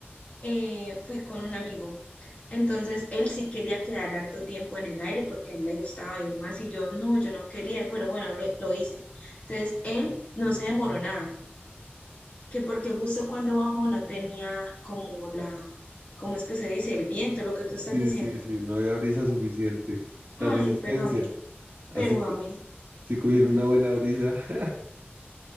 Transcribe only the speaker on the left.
eh, fui con un amigo. Entonces él sí quería quedar harto tiempo en el aire porque a él le gustaba y demás, y yo no, yo no quería, pero bueno, lo, lo hice. Entonces él no se demoró nada, que porque justo cuando bajó no tenía como la, ¿cómo es que se dice? El viento, lo que tú estás
diciendo.
Ay,
pero a mí,
pero
a mí,
no.